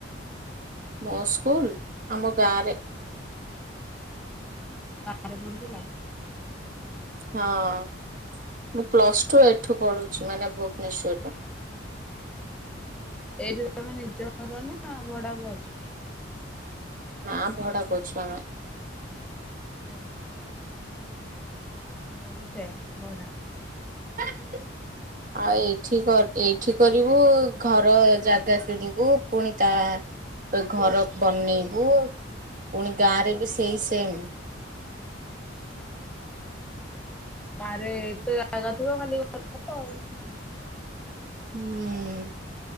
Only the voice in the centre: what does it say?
ଗାଁରେ ପଡୁଥିଲା?
ଏଇଠି ତମେ ନିଜ ଘର ନା ଭଡା କୁ ଅଛ?
ଓହୋ ଆମେ ବି ସେୟା ଭଡ଼ା।
ଗାଁରେ ଏତେ ଜାଗା ଥିବ ଖାଲି ଘର କରିବ ଆଉ ନାଁ।